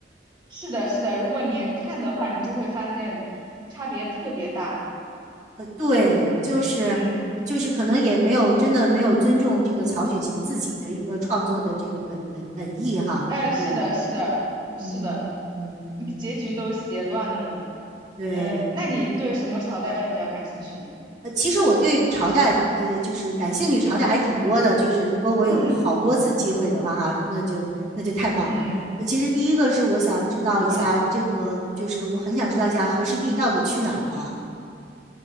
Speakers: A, on the right; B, on the right.
A: 是的，是的。如果你看的话，你就会发现差别特别大。
B: 呃，对，就是就是可能也没有真的没有尊重这个曹雪芹自己的一个创作的这个本本本意哈。
A: 嗯。呃，是的，
B: 对，
A: 是的，是的，
B: 嗯嗯嗯，
A: 嗯结局都写乱了。
B: 对。
A: 呃，那你对什么朝代比较感兴趣呢？
B: 呃，其实我对朝代，呃，就是感兴趣，朝代还挺多的。就是如果我有好多次机会的话，
A: 嗯
B: 哈，那就那就太棒了。
A: 嗯嗯
B: 呃，其实第一个是我想知道一下这个，
A: 嗯，
B: 就是我很想知道一下和氏璧到底去哪儿了。